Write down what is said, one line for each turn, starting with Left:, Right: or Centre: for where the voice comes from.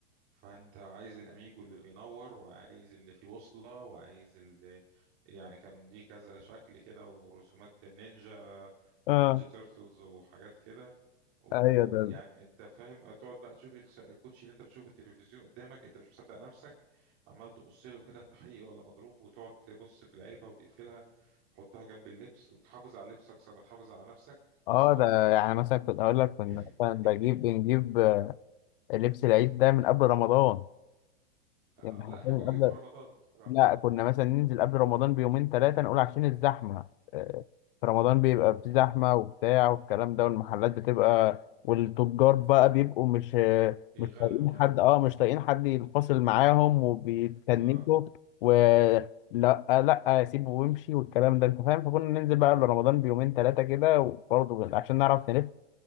Right: فانت عايز الاميجو اللي بينور وعايز اللي فيه بوصلة وعايز اللي يعني كان ليه كذا شكل كده ورسومات النينجا
Left: اه
Right: نينجا تيرتلز وحاجات كده ويعني
Left: ايوه ده
Right: انت فاهم تقعد بقى تشوف الش- الكوتشي اللي انت بتشوفه في التلفزيون قدامك انت مش مصدق نفسك عمال تبص له كده انت حقيقي ولا مضروب وتقعد تبص في العلبة وتقفلها تحطها جنب اللبس وتحافظ على اللبس اكثر ما تحافظ على نفسك
Left: اه
Right: اصلا
Left: ده يعني مثلا كنت هقول لك كنا
Right: <laughs>
Left: مثلا بجيب بنجيب آه، لبس العيد ده من قبل رمضان
Right: آه
Left: يعني حرفيا
Right: لا احنا
Left: من
Right: كنا بنجيبه
Left: قبل
Right: في رمضان بصراحة
Left: لا كنا مثلا ننزل قبل رمضان بيومين ثلاثة نقول عشان الزحمة آه، في رمضان بيبقى في زحمة وبتاع والكلام ده والمحلات بتبقى والتجار بقى بيبقوا مش آه،
Right: بيغلوا
Left: مش طايقين
Right: اه
Left: حد اه مش طايقين حد ينفصل معاهم وبيتنكوا
Right: اه
Left: ولا لا لا سيبه وامشي والكلام ده انت فاهم فكنا ننزل بقى قبل رمضان بيومين ثلاثة كده وبرضه عشان نعرف نلف